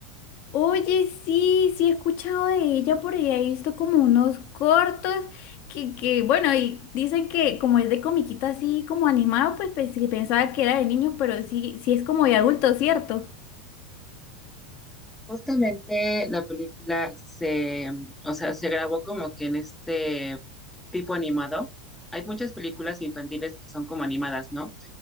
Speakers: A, on the left (about 50°); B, in the centre.
A: Oye, sí, sí he escuchado de ella por ahí, he visto como unos cortos que, que, bueno, y dicen que como es de comiquita así como animado, pues, pues, sí, pensaba que era de niños, pero sí, sí es como de adulto, ¿cierto?
B: Justamente la película se, o sea, se grabó como que en este tipo animado. Hay muchas películas infantiles que son como animadas, ¿no?